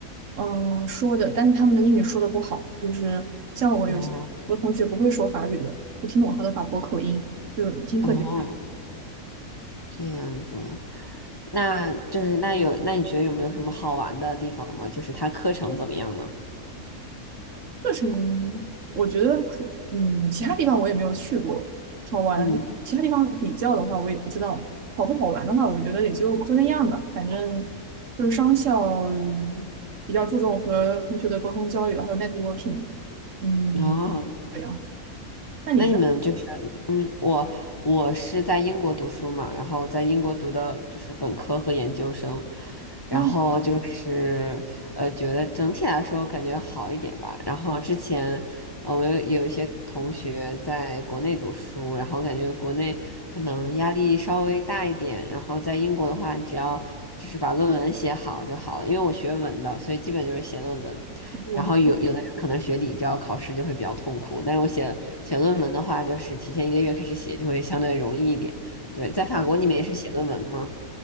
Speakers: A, on the right; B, on the left.
A: 嗯说的，但是他们的英语说的不好，就是像我有些我同学不会说法语的，
B: 哦，
A: 我听不懂他的法国口音，就是听特别。
B: 哦，这样子，那就是那有，那你觉得有没有什么好玩的地方吗？就是它课程怎么样呢？
A: 课程我觉得可，嗯，其他地方我也没有去过，好玩。
B: 嗯，
A: 其他地方比较的话，我也不知道好不好玩的话，我觉得也就就那样吧。反正就是商校，嗯比较注重和同学的沟通交流，还有 networking。嗯，
B: 哦。
A: 这样。那你们呢？
B: 那你们就是，嗯，我我是在英国读书嘛，然后在英国读的就是本科和研究生，然后就是呃，
A: 啊，
B: 觉得整体来说感觉好一点吧。然后之前，呃，我有有一些同学在国内读书，然后感觉国内可能压力稍微大一点，然后在英国的话，只要就是把论文写好就好了，因为我学文的，所以基本就是写论文。
A: 我
B: 然后有有的人可能学理教考试就会比较痛苦，但是我写写论文的话，就是提前一个月开始写就会相对容易一点。对，在法国你们也是写论文吗？